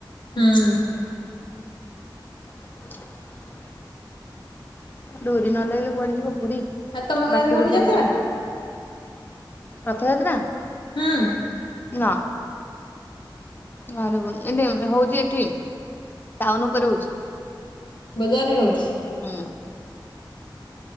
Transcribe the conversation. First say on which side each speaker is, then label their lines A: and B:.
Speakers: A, on the left; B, on the left.
A: ହୁଁ।
B: <inaudible> ଡୋରି ନ ଲାଗିଲେ କୁଆଡେ ଯିବ ପୁରୀ।
A: ଆଉ ତମ ଗାଁରେ
B: ବାଟରୁୁ
A: ହଉନି
B: ଫେରିି
A: ଯାତ୍ରା?
B: ଆସିବ। ରଥଯାତ୍ରା?
A: ହୁଁ।
B: ନାଁ। ହଉଛି ଏଠି ଟାଉନ୍‌ ଉପରେ ହଉଚି।
A: ବଜାରରେ ହଉଚି।
B: ହୁଁ।